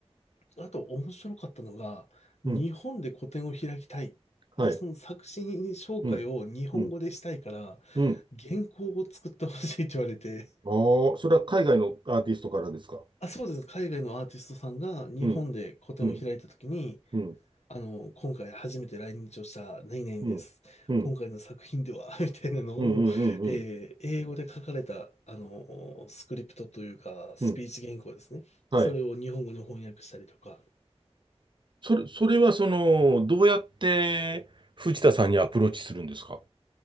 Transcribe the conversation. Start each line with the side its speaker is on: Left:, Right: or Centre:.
Left: あと面白かったのが、日本で個展を開きたい。
Right: うん。はい。
Left: で、その作品紹介を日本語でしたいから、
Right: うん、うん、うん。
Left: 原稿を作ってほしいって言われて、
Right: ああ、それは海外のアーティストからですか
Left: あ、そうです。海外のアーティストさんが日本で個展を開いたときに、
Right: うん、うん、うん、
Left: あの、今回初めて来日をした何々です。
Right: うん、うん、
Left: 今回の作品では <laughs> みたいなのを、
Right: うん、うん、うん、うん。
Left: えー英語で書かれた、あの、スクリプトというか、スピーチ原稿ですね。
Right: うんはい。
Left: それを日本語に翻訳したりとか、
Right: それ、それはその、どうやって藤田さんにアプローチするんですか